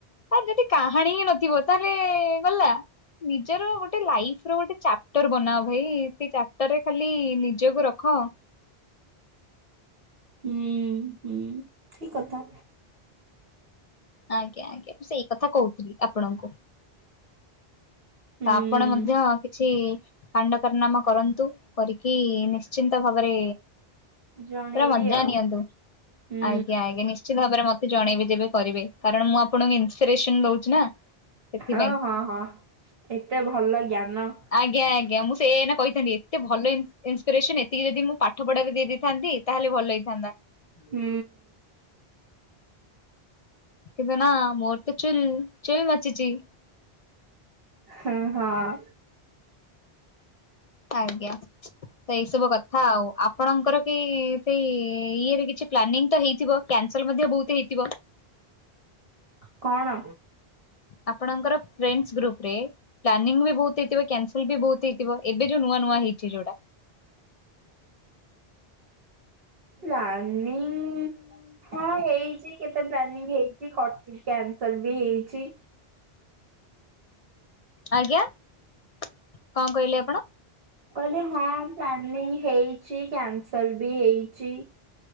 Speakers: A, on the left; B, on the right.
A: ଆ ଯଦି କାହାଣୀ ହିଁ ନଥିବ ତାହେଲେ ଗଲା ନିଜର ଗୋଟେ ଲାଇଫ୍ ର ଗୋଟେ ଚାପ୍ଟର ବନାଅ ଭାଇ ସେ ଚାପ୍ଟରରେ ଖାଲି ନିଜକୁ ରଖ।
B: ହୁଁ ହୁଁ ଠିକ୍ କଥା।
A: ଆଜ୍ଞା ଆଜ୍ଞା ମୁଁ ସେଇ କଥା କହୁଥିଲି ଆପଣଙ୍କୁ।
B: ହୁଁ।
A: ତ ଆପଣ ମଧ୍ୟ କିଛି କାଣ୍ଡ କାର୍ନାମା କରନ୍ତୁ କରିକି ନିଶ୍ଚିନ୍ତ ଭାବରେ
B: ଜଣେଇବି
A: ପୁରା ମଜ୍ଜା
B: ଆଉ
A: ନିଅନ୍ତୁ
B: ହୁଁ
A: ଆଜ୍ଞ ଆଜ୍ଞା ନିଶ୍ ଚିନ୍ତ ଭାବରେ ମତେ ଜଣେଇବେ ଯେବେ କରିବେ କାରଣ ମୁଁ ଆପଣଙ୍କୁ ଇନସ୍ପିରେସନ ଦୋଉଛି ନା ସେଥିପାଇଁ।
B: ହଁ ହଁ ହଁ। ଏତେ ଭଲ ଜ୍ଞାନ।
A: ଆଜ୍ଞା ଆଜ୍ଞା ମୁଁ ସେଇଆ ଏଇନା କହିଥାନ୍ତି ଏତେ ଭଲ ଇନ୍ ଇନସ୍ପିରେସନ୍ ଏତିକି ଯଦି ମୁଁ ପାଠ ପଢା଼ରେ ଦେଇ ଦେଇ ଥାନ୍ତି ତାହେଲେ ଭଲ ହେଇଥାନ୍ତା।
B: ହୁଁ।
A: କିଦ୍ ନା ମୋର ତ ଚୁଲ୍ ଚୁଲ୍ ବାଚୁଚି।
B: ହଁ ହଁ।
A: ଆଜ୍ଞା ତ ଏଇ ସବୁ କଥା ଆଉ ଆପଣଙ୍କର କି ସେଇ ଇଏରେ କିଛି ପ୍ଲାନିଂ ତ ହେଇଥିବ କ୍ୟାନ୍ ସେଲ୍ ମଧ୍ୟ ବୋହୁତ୍ ହେଇଥିବ।
B: କଣ?
A: ଆପଣଙ୍କର ଫ୍ରେଣ୍ଡସ୍ ଗ୍ରୁପ୍ ରେ ପ୍ଲାନିଂ ବି ବୋହୁତ୍ ହେଇଥିବ କ୍ୟାନ୍ ସେଲ୍ ବି ବୋହୁତ୍ ହେଇଥିବ ଏବେ ଯୋଉ ନୂଆ ନୂଆ ହେଇଛି ଯୋଉଟା।
B: ପ୍ଲାନିଂ ହଁ ହେଇ ଛି କେତେ ପ୍ଲାନିଂ ହେଇକି କଟି କ୍ୟାନ୍ ସେଲ୍ ବି ହେଇଚି।
A: ଆଜ୍ଞା କଣ କହିଲେ ଆପଣ?
B: କହିଲି ହଁ ପ୍ଲାନିଂ ହେଇଛି କ୍ୟାନ୍ ସେଲ୍ ବି ହେଇଛି।